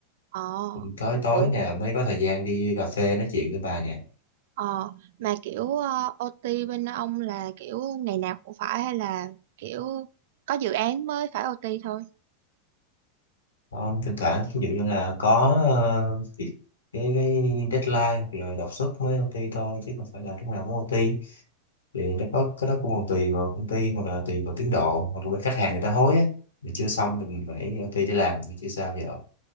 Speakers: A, on the right; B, on the left.
A: Ờ,
B: Cũng tối tối
A: ủa,
B: nè mới có thời gian đi cà phê nói chuyện với bà nè.
A: ờ, mà kiểu ờ, OT bên ông là kiểu ngày nào cũng phải hay là kiểu có dự án mới phải OT thôi?
B: Không, thỉnh thoảng ví dụ như là có ờ, việc cái, cái deadline hoặc là đột xuất mới OT thôi chứ không phải là lúc nào cũng OT thì nó có cái đó cũng còn tùy vào công ty hoặc là tùy vào tiến độ hoặc là bên khách hàng người ta hối á mình chưa xong thì mình phải OT để làm thì chứ sao giờ